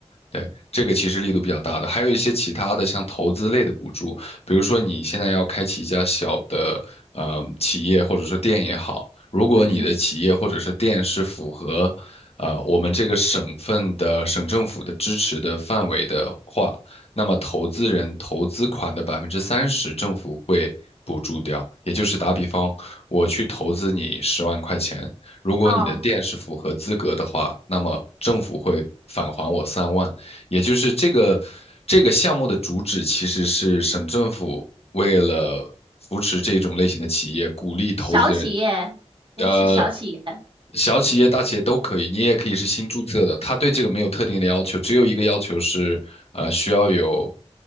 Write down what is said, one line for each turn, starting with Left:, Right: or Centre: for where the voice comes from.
Left: 对，这个其实力度比较大的，还有一些其他的像投资类的补助，比如说你现在要开启一家小的呃企业或者说店也好，如果你的企业或者是店是符合呃我们这个省份的省政府的支持的范围的话，
Right: 嗯，
Left: 那么投资人投资款的百分之三十政府会补助掉，也就是打比方，我去投资你十万块钱，如果你的店是符合资格的话，
Right: 哦，
Left: 那么政府会返还我三万。也就是这个这个项目的主旨其实是省政府为了扶持这种类型的企业，鼓励投资人，
Right: 小企业，扶持小企业。
Left: 呃，小企业、大企业都可以，你也可以是新注册的，它对这个没有特定的要求，只有一个要求是，呃，需要有